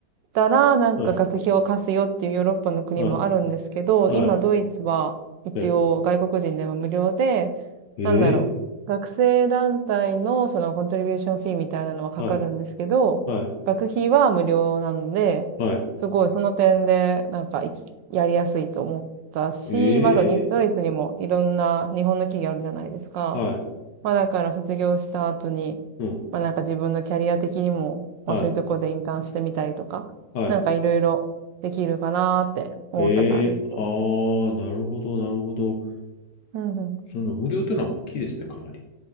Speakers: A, on the right; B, on the left.
A: たら、なんか学費を貸すよっていうヨーロッパの国もあるんですけど、
B: はい。はい。はい。
A: 今ドイツは一応外国人でも無料で、
B: ええ
A: なんだろう。学生団体のそのコントリビューションフィーみたいなのはかかるんですけど、
B: ーはい。はい。
A: 学費は無料なんで、
B: はい。
A: すごいその点でなんかいきやりやすいと思ったし、
B: ええ
A: まだにドイツにもいろんな日本の企業あるじゃないですか。
B: はい。
A: まあだから卒業した後に、
B: うん。
A: まあなんか自分のキャリア的にも、まあそういうところでインターンしてみたりとか、
B: はい。はい。
A: なんかいろいろできるかなーって思ったからですね。
B: ええああー、なるほど、なるほど。
A: うんうん。
B: その無料というのは大きいですね、かなり。